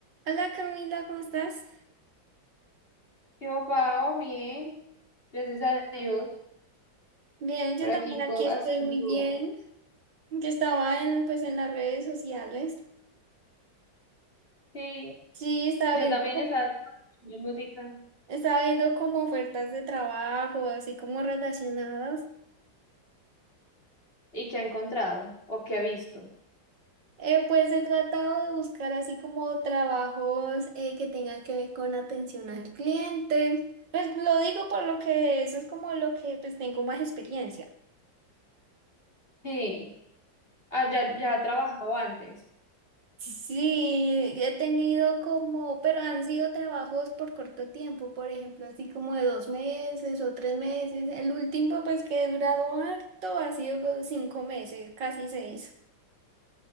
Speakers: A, on the right; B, on the left.
A: Hola Camila, ¿cómo estás?
B: Yo, Pao, bien, gracias a Dios,
A: Bien, yo
B: por aquí
A: también aquí
B: co-
A: estoy
B: haciendo.
A: muy bien. Yo estaba en, pues, en las redes sociales.
B: Sí,
A: Sí, estaba
B: yo
A: viendo
B: también
A: como,
B: estaba con mi música.
A: estaba viendo como ofertas de trabajo, así como relacionadas.
B: ¿Y qué ha encontrado? ¿O qué ha visto?
A: Eh, pues he tratado de buscar así como trabajos eh, que tengan que ver con atención al cliente. Pues lo digo por lo que eso es como lo que pues tengo más experiencia.
B: Sí, ah, ya, ya ha trabajado antes.
A: Sí, he tenido como, pero han sido trabajos por corto tiempo, por ejemplo, así como de dos meses o tres meses. El último, pues que he durado harto, ha sido cinco meses, casi seis.